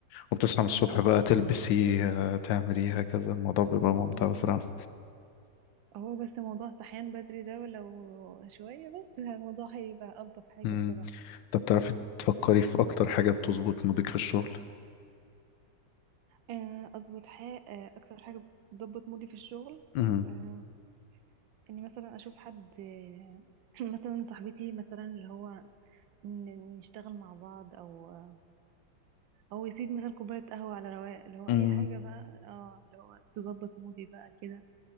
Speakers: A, on the left (about 80°); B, on the right (about 85°).
A: وبتصحى
B: اه
A: من الصبح بقى
B: اه
A: تلبسي آه، تعملي هكذا الموضوع بيبقى ممتع
B: مم.
A: بصراحة
B: هو بس موضوع الصحيان بدري ده ولو شوية بس الموضوع هيبقى ألطف حاجة
A: مم.
B: بصراحة
A: طب بتعرفي تفكري في اكتر حاجة بتظبط مودك في الشغل
B: آه، أظبط حاجة أكتر حاجة بتظبط مودي في الشغل
A: مم.
B: آه، إني مثلا أشوف حد آه، <clears throat> مثلا صاحبتي مثلا اللي هو ن- نشتغل مع بعض أو آه، أو يسيب مثلا كوباية قهوة على رواق اللي هو
A: مم.
B: أي حاجة بقى اه اللي هو تظبط مودي بقى كده